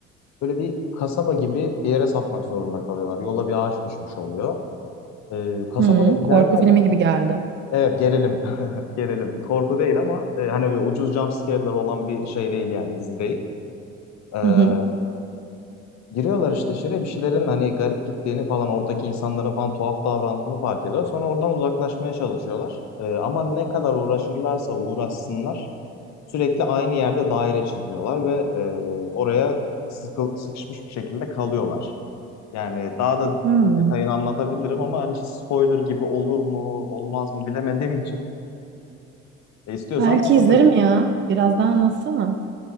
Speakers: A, on the left; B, on the right.
A: Böyle bir kasaba gibi bir yere sapmak zorunda kalıyorlar. Yola bir ağaç düşmüş oluyor. Ee, kasabada
B: Hı,
A: ilerlerken
B: korku filmi gibi geldi.
A: evet gerilim. <laughs> Gerilim. Korku değil ama e, hani böyle ucuz jump scare'lar olan bir şey değil yani dizi değil. Ee,
B: Hı hı.
A: Giriyorlar işte içeriye bir şeylerin hani garip gittiğini falan oradaki insanların falan tuhaf davrandığını fark ediyor. Sonra oradan uzaklaşmaya çalışıyorlar. Ee, ama ne kadar uğraşırlarsa uğraşsınlar sürekli aynı yerde daire çiziyorlar ve e, oraya sıkı- sıkışmış bir şekilde kalıyorlar. Yani daha da
B: Hmm.
A: detayını anlatabilirim ama hani spoiler gibi olur mu olmaz mı bilemediğim için e, istiyorsan
B: Belki
A: anlatırım.
B: izlerim ya. Biraz daha anlatsana.